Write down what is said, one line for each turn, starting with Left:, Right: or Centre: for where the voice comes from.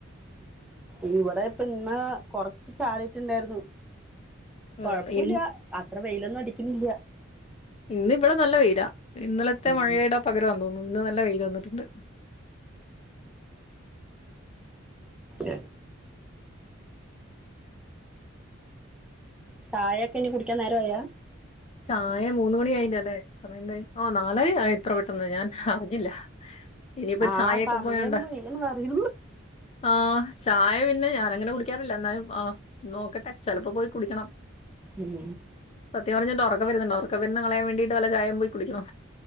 Centre: ഇവിടെപ്പ ഇന്ന കൊറച്ച് ചാറി ട്ടുണ്ടായിരുന്നു
Left: ഉം
Centre: കുഴപ്പില്ല
Left: ഇ
Centre: അത്ര വെയിലൊന്നും അടിക്കുന്നില്ല
Left: ഇന്ന് ഇവിടെ നല്ല വെയിലാ ഇന്നലത്തെ
Centre: ഉം
Left: മഴയുടെ പകരം തോന്നുന്നു ഇന്ന് നല്ല വെയിൽ വന്നിട്ടുണ്ട്
Centre: ഏ ചായൊക്കെ ഇനി കുടിക്കാൻ നേരമായാ?
Left: ചായ മൂന്ന മണി ആയില്ലല്ലേ സമയം എന്തായി ഓ നാലര ആയി ഇത്ര പെട്ടെന്ന് ഞാൻ അറിഞ്ഞില്ല. ഇനിയിപ്പോ
Centre: ആ
Left: ചായയൊക്കെ
Centre: സമയം
Left: പോയണ്ട
Centre: പോയി എന്ന് പറയുന്നു
Left: ആഹ ചായ പിന്നെ പിന്നെ ഞാനങ്ങനെ കുളിക്കാറില്ല എന്നാലും ആ നോക്കട്ടെ ചെലപ്പോ പോയി കുളിക്കണം
Centre: ഉം
Left: സത്യം പറഞ്ഞിട്ട് ഒറക്ക ഒറക്കം വരുന്നത് കളയാൻ വേണ്ടീട്ട് വല്ല ചായേം പോയി കുടിക്കണോ